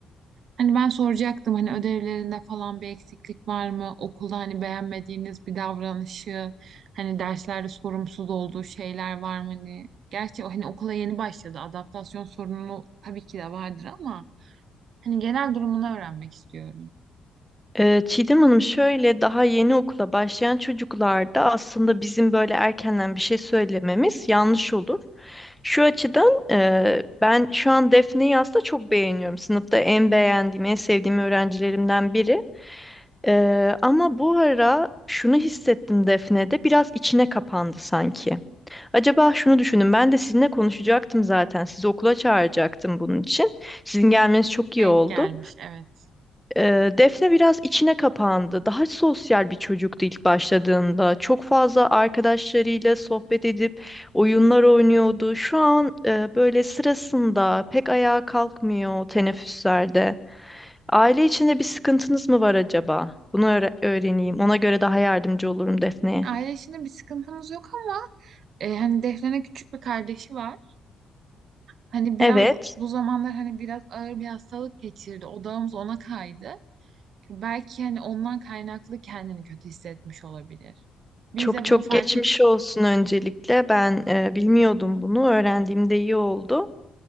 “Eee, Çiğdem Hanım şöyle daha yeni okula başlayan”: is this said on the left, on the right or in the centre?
Centre